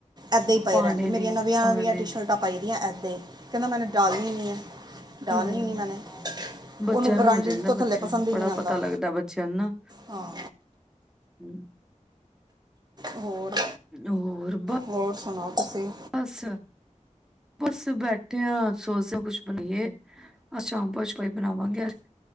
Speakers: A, on the right; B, in the centre.
A: ਏਦਾਂ ਹੀ
B: ਉਹ
A: ਪਏ
B: ਪਾਣੇ
A: ਰਹਿਣਗੇ ਮੇਰੀਆਂ
B: ਨੇ
A: ਨਵੀਆਂ
B: ਪਾਣੇ
A: ਨਵੀਆਂ ਟੀ
B: ਨੇ।
A: ਸ਼ਰਟਾਂ ਪਾਈ ਦੀਆਂ ਏਦਾਂ ਹੀ ਕਹਿੰਦਾ ਮੈਨੂੰ ਡਾਲਣੀ ਨੀ ਹੈ <unintelligible> ਡਾਲਨੀ
B: ਹੂੰ।
A: ਨੀ ਮੈਨੇ
B: ਬੱਚਿਆਂ
A: ਉਹਨੂੰ ਬ੍ਰਾਂਡਡ
B: ਨੂੰ ਹੋ ਜਾਂਦਾ
A: ਤੋਂ
B: ਬੱਚਿਆਂ
A: ਥੱਲੇ ਪਸੰਦ
B: ਨੂੰ
A: ਹੀ
B: ਬੜਾ
A: ਨਹੀਂ ਆਉਂਦਾ
B: ਪਤਾ ਲੱਗਦਾ ਬੱਚਿਆਂ ਨੂੰ ਨਾ
A: ਹਾਂ
B: ਹਮ
A: ਹੋਰ
B: ਹੋਰ ਬ
A: ਹੋਰ ਸੁਣਾਓ ਤੁਸੀਂ
B: ਬਸ ਬਸ ਬੈਠੇ ਹਾਂ ਸੋਚਦੇ <unintelligible> ਆਪਾਂ ਹੀ ਬਣਾਵਾਂਗੇ ਯ